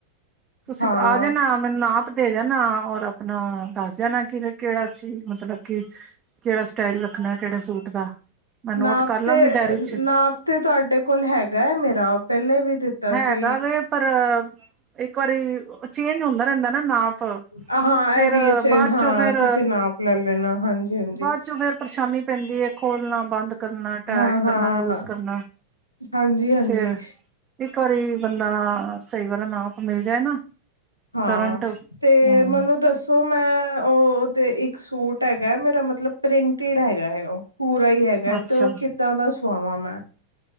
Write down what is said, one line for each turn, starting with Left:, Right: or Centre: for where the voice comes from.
Right: ਤੁਸੀਂ
Left: ਹਾਂ
Right: ਆ ਜਾਣਾ ਮੈਨੂੰ ਨਾਪ ਦੇ ਜਾਣਾ ਔਰ ਆਪਣਾ ਦੱਸ ਜਾਣਾ, ਕਿ ਕਿਹੜਾ ਸੀ ਮਤਲਬ ਕਿ ਕਿਹੜਾ ਸਟਾਈਲ ਰੱਖਣਾ ਕਿਹੜੇ ਸੂਟ ਦਾ। ਮੈਂ ਨੋਟ
Left: ਨਾਪ
Right: ਕਰ ਲਾਂਗੀ
Left: ਤੇ
Right: ਡਾਇਰੀ ਚ
Left: ਨਾਪ ਤੇ ਤੁਹਾਡੇ ਕੋਲ ਹੈਗਾ ਹੈ ਮੇਰਾ ਉਹ ਪਹਿਲੇ ਵੀ ਦਿੱਤਾ
Right: ਹੈਗਾ
Left: ਸੀ।
Right: ਵੇ ਪਰ ਇੱਕ ਵਾਰੀ ਚੇਂਜ ਹੁੰਦਾ ਰਹਿੰਦਾ ਨਾ ਨਾਪ।
Left: ਹਾਂ
Right: ਫੇਰ
Left: ਇਹ ਵੀ ਹੈ ਚੇਂਜ
Right: ਬਾਅਦ
Left: ਹਾਂ
Right: ਚੋਂ ਫਰ
Left: ਤੁਸੀਂ ਨਾਪ ਲੈ ਲੈਣਾ ਹਾਂਜੀ ਹਾਂਜੀ
Right: ਬਾਅਦ ਚੋ ਫੇਰ ਪਰੇਸ਼ਾਨੀ ਪੈਂਦੀ ਹੈ ਖੋਲਣਾ ਬੰਦ ਕਰਨਾ ਟਾਇਟ
Left: ਹਾਂ
Right: ਕਰਨਾ
Left: ਹਾਂ
Right: ਲੂਜ ਕਰਨਾ
Left: ਹਾਂਜੀ ਹਾਂਜੀ
Right: ਫਿਰ ਇੱਕ ਵਾਰੀ ਬੰਦਾ ਸਹੀ ਵਾਲਾ ਨਾਪ ਮਿਲ ਜਾਏ ਨਾ
Left: ਹਾਂ
Right: ਕਰੰਟ ਹਮ
Left: ਤੇ ਮੈਨੂੰ ਦੱਸੋ ਮੈਂ ਉਹ ਉਹਦੇ ਇੱਕ ਸੂਟ ਹੈਗਾ ਮੇਰਾ ਮਤਲਬ ਪ੍ਰਿੰਟਡ ਹੈਗਾ ਹੈ ਉਹ ਪੂਰਾ ਹੀ ਹੈਗਾ
Right: ਅੱਛਾ
Left: ਤੇ ਉਹ ਕਿੱਦਾਂ ਦਾ ਸੁਆਵਾਂ ਮੈਂ